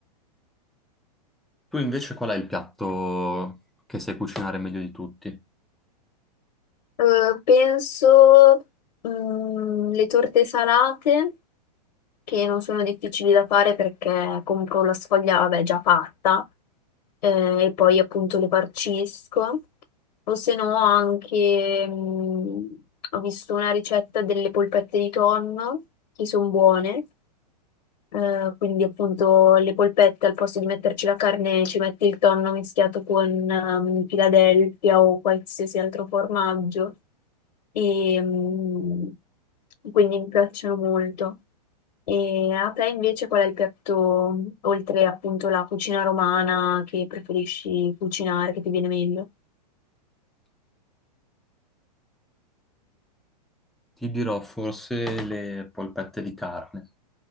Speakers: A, in the centre; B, on the left.
A: Tu invece qual è il piatto che sai cucinare meglio di tutti?
B: Eh, penso mm, le torte salate, che non sono difficili da fare perché compro la sfoglia, vabbè, già fatta, eh, e poi appunto le farcisco. O se no anche, mm, ho visto una ricetta delle polpette di tonno, che sono buone. Eh, quindi appunto le polpette al posto di metterci la carne ci metti il tonno mischiato con ehm, Philadelphia o qualsiasi altro formaggio e mm, quindi mi piacciono molto. E a te invece qual è il piatto, oltre appunto la cucina romana, che preferisci cucinare, che ti viene meglio?
A: Ti dirò forse le polpette di carne.